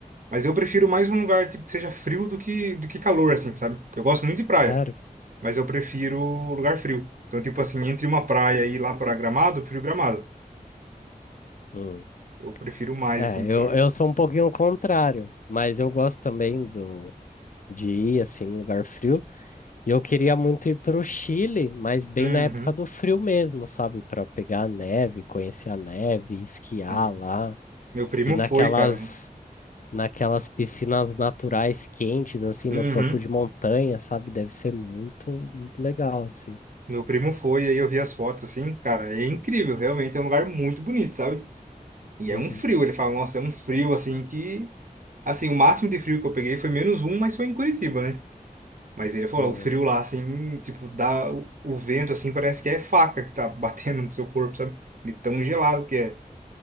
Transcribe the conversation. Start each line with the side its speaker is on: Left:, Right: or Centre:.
Right: Mas eu prefiro mais um lugar, tipo, que seja frio do que, do que calor, assim, sabe? Eu gosto muito de praia.
Left: Claro.
Right: mas eu prefiro lugar frio. Então, tipo assim, entre uma praia e ir lá para Gramado, eu prefiro Gramado.
Left: Hum.
Right: Eu prefiro mais,
Left: É,
Right: assim, sabe?
Left: eu, eu sou um pouquinho o contrário, mas eu gosto também do, de ir assim, em lugar frio. E eu queria muito ir para o Chile, mas bem
Right: Uhum.
Left: na época do frio mesmo, sabe? Para pegar a neve, conhecer a neve, esquiar
Right: Sim.
Left: lá.
Right: Meu primo
Left: E naquelas,
Right: foi, cara.
Left: naquelas piscinas naturais quentes, assim,
Right: Uhum.
Left: no topo de montanha, sabe? Deve ser muito, muito legal, assim.
Right: Meu primo foi, aí eu vi as fotos, assim, cara, é incrível, realmente é um lugar muito bonito, sabe? E é
Left: Uhum.
Right: um frio, ele fala, nossa, é um frio, assim, que... Assim, o máximo de frio que eu peguei foi menos um, mas foi em Curitiba, né? Mas ele falou,
Left: Uhum.
Right: o frio lá, assim, tipo, dá... O o vento, assim, parece que é faca que tá <laughs> batendo no seu corpo, sabe? De tão gelado que é.